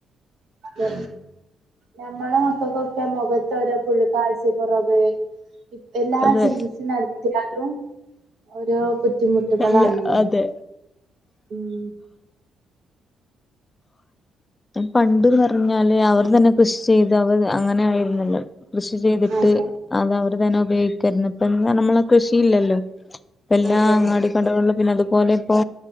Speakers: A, on the right; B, on the left.
A: തെ നമ്മളെ മക്കക്കൊക്കെ മൊഖ ഇപ്പാരാ ഫുള്ള് കാത്സ്യകൊറവ് ഇപ് എല്ലാ
B: അതെ
A: ചികില്സിം നടത്തി ത്തിയാലും ഓരോ ബുദ്ധിമുട്ടുകളാണല്ലോ
B: അല്ല അതെ
A: ഉം
B: പണ്ട് പറഞ്ഞാല് അവർ തന്നെ. കൃഷി ചെയ്ത് അവത് അങ്ങനെ ആയിരുന്നല്ലോ കൃഷി ചെയ്തിട്ട്.
A: അതെ
B: അത് അവർ തന്നെ ഉപയോക്കേന്നു ഇപ്പന്ന് റഞ്ഞനമ്മളെ കൃഷിയില്ലല്ലോ ഇപ്പല്ലാം
A: അതെ
B: അങ്ങാടി. കടകള്ളില് പിന്നെ അതുപോലെ ഇപ്പോ